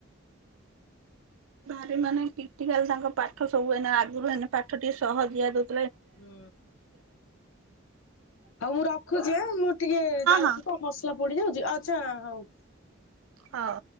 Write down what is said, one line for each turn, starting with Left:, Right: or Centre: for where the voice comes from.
Right: ଭାରି ମାନେ କ୍ରିଟିକାଲ ତାଙ୍କ ପାଠ ସବୁ ଏଇନା ଆଗୁରୁ ହେନେ ପାଠ ଟିକେ ସହଜିଆ ଦୋଉ-
Left: ହୁଁ, ହଉ ମୁଁ ରଖୁଛି ଆଁ ମୁଁ ଟିକେ ଯାଉଚି
Right: ହଁ
Left: ତ। ମସଲା ପୋଡି ଯାଉଚି ଆଚ୍ଛା ହଉ।
Right: ହଉ।